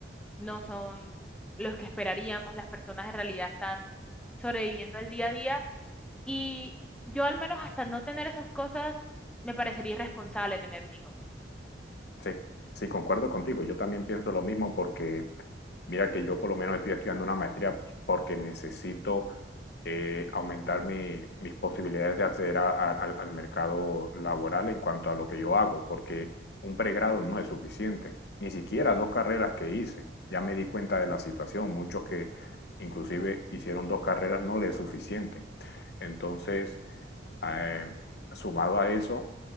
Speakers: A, in the centre; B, on the left.
A: no son los que esperaríamos, las personas en realidad están sobreviviendo al día a día y yo al menos hasta no tener esas cosas, me parecería irresponsable tener un hijo,
B: Sí, sí, concuerdo contigo. Yo también pienso lo mismo porque mira que yo por lo menos estoy estudiando una maestría porque necesito eh, aumentar mi- mis posibilidades de acceder a- a- al al mercado laboral en cuanto a lo que yo hago, porque un pregrado no es suficiente, ni siquiera dos carreras que hice. Ya me di cuenta de la situación, muchos que inclusive hicieron dos carreras no les es suficiente. Entonces, eh, sumado a eso,